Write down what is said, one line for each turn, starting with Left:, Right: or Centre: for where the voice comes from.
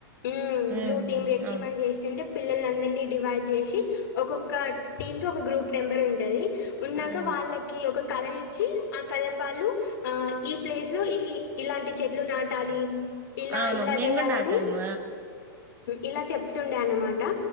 Left: మ్మ్
Right: ఉమ్
Left: బ్లూ టీమ్ రెట్టీ
Right: అవును
Left: మని చేస్తుంటే పిల్లలు అందరినీ డివైడ్ చేసి ఒక్కొక్క టీమ్ కి ఒక గ్రూప్ నెంబర్ ఉన్ టది ఉన్నాక
Right: ఆ
Left: వాళ్ళకి ఒక కలర్ ఇ ఆ కలర్ వాళ్ళు ఆ ఈ ప్లేస్ లో ఈ ఇలాంటి చెట్లు నాటాలి. ఇలా
Right: అవును
Left: ఇలా
Right: మేము
Left: చేయాలని
Right: కూడా నటాము
Left: ఇలా చెప్తుండే అన్నమాట